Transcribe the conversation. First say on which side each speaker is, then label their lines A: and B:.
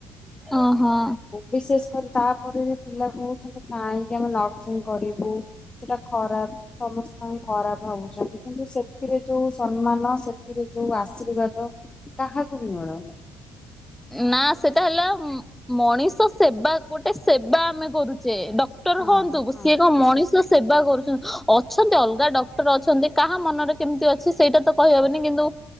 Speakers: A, in the centre; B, on the left.
A: ଅ ହଁ।
B: ବିଶେଷ କରି ତାପରେ ବି ପିଲା କହୁଛନ୍ତି କାହିଁକି ଆମେ ନର୍ସିଂ କରିବୁ ସେଟା ଖରାପ ସମସ୍ତଙ୍କୁ ଖରାପ ଭାବୁଛନ୍ତି। କିନ୍ତୁ ସେଥିରେ ଯୋଉ ସମ୍ମାନ ସେଥିରେ ଯୋଉ ଆଶୀର୍ବାଦ କାହାକୁ ବି ମିଳୁନି।
A: ନା ସେଟା ହେଲା ମଣିଷ ସେବା ଗୋଟେ ସେବା ଆମେ କରୁଛେ ଡ କ୍ଟର
B: ହଁ
A: ହୁଅନ୍ତୁ
B: ହଁ
A: ସିଏ କଣ ମଣିଷ ସେବା କରୁଛନ୍ତି ଅଛନ୍ତି ଅଲଗା ଡକ୍ଟର ଅଛନ୍ତି କାହା ମନରେ କେମିତି ଅଛି ସେଇଟା ତ କହିହବନି କିନ୍ତୁ